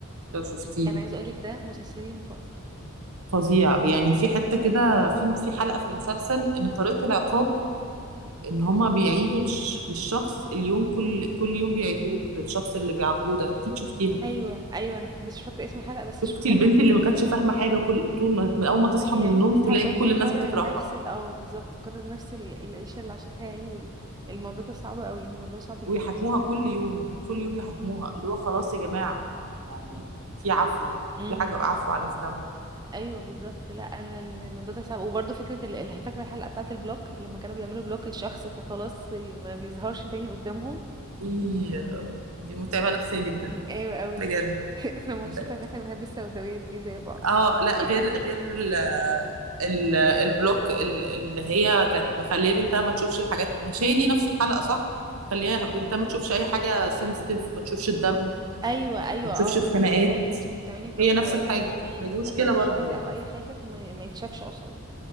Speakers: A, on the right (about 70°); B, on the right (about 20°).
A: لو شفتيه
B: انا عايزه اقول لك ده مسلسلي المفضل
A: فظيع يعني في حتة كده في في حلقة في المسلسل إن طريقة العقاب إن هما بيعيدوا للش- للشخص اليوم كل كل يوم بيعيدوه للشخص اللي بيعاقبوه ده أكيد شفتيها
B: ايوه ايوه انا ف- مش فاكره اسم الحلقه بس شفتها
A: شفتي البنت اللي ما كانتش فاهمه حاجه كل طول ما
B: وكل
A: من اول ما تصحى
B: يعني
A: من النوم
B: تصحى
A: تلاقي
B: وتقعد
A: كل
B: تكرر
A: الناس بتكرهها
B: نفس ال- اه بالظبط تكرر نفس ال- العيشة اللي عاشتها يعني وال- الموضوع ده صعب قوي الموضوع صعب جدا
A: ويحاكموها كل يوم كل يوم يحاكموها اللي هو خلاص يا جماعه يعني في عفو
B: امم
A: في حاجه عفو عن الذنب
B: ايوه بالظبط لا انا الموضوع ده صعب وبرده فكره ال- ال- فاكره الحلقه بتاعه البلوك لما كانوا بيعملوا بلوك لشخص فخلاص ما بيظهرش تاني قدامهم
A: وي- دي متعبه نفسيه جدا
B: مم، ايوه قوي
A: بجد
B: <laughs> انا مبسوطه
A: متعبة.
B: ان احنا بنحب السوداويات دي زي بعض
A: اه لا
B: <laughs>
A: غير غير ال ال البلوك ال- اللي هي كانت مخليه بنتها ما تشوفش الحاجات مش هي دي نفس الحلقه صح؟ خليها بنتها ما تشوفش اي حاجه سنسيتيف ما تشوفش الدم
B: ايوه ايوه
A: ما تشوفش
B: اه
A: الخناقات
B: هي نفس الحاجه ان انت بتعملي بلوك
A: هي نفس
B: او
A: الحاجة
B: اي حاجه امم
A: ما دي مشكلة
B: لا
A: برضو
B: اشخاص
A: يعني
B: او اي حاجه فما ما يتشافش اصلا